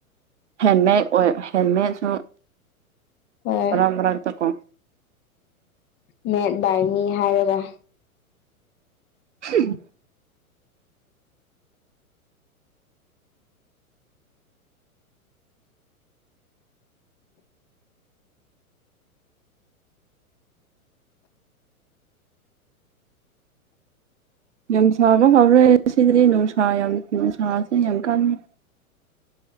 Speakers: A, on the right; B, on the left.
A: ꯍꯦꯟꯃꯦꯠ ꯑꯣꯏ ꯍꯦꯟꯃꯦꯠꯁꯨ
B: ꯍꯣꯏ
A: ꯃꯔꯛ ꯃꯔꯛꯇ ꯀꯣ
B: ꯃꯦꯠ ꯕꯥꯢ ꯃꯤ ꯍꯥꯏꯔꯒ
A: <unintelligible> ꯌꯥꯝ ꯁꯥꯕ ꯍꯧꯔꯦ ꯁꯤꯗꯗꯤ ꯅꯨꯡꯁꯥ ꯌꯥꯝ ꯅꯨꯡꯁꯥꯁꯤꯅ ꯌꯥꯝ ꯀꯟꯅꯤ